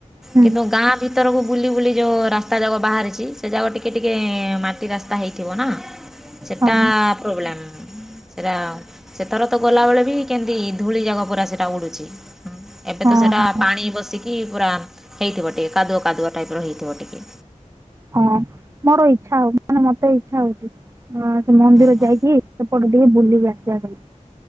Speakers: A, on the right; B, in the centre.
A: ହୁଁ
B: କିନ୍ତୁ ଗାଁ ଭି ଭିତରକୁ ବୁଲି ବୁଲି ଯୋଉ ରାସ୍ତା ଯାକ ବାହାରିଛି ସେ ଯାଗକ ଟିକେ ଟିକେ ମାଟି ରାସ୍ତା ହେଇଥିବ ନା। ସେଟା
A: ହଁ
B: ପ୍ରୋବ୍ଲେମ୍। ସେଟା ସେଥର ତ ଗଲାବେେଳେ ବି କେମିତି ଧୂଳି ଜାଗା ପୁରା ସେଟା ଉଡୁଛି। ଏବେ
A: ହଁ
B: ତ ସେଇଟା
A: ହଁ
B: ପାଣି ବସିକି ପୁରା ହେଇଥିବ ଟିକେ କାଦୁଅ କାଦୁଅ ଟାଇପ୍ ର ହେଇଥିବ ଟିକେ।
A: ହଁ ମୋର ଇଚ୍ଛା ହଉ ମାନେ ମତେ ଇଚ୍ଛା ହଉଛି ମାନେ ସେ ମନ୍ଦିର
B: ଓହୋ,
A: ଯାଇକି ସେପଟୁ ଟିକେ ବୁଲିିକି ଆସିବା ପାଇଁ।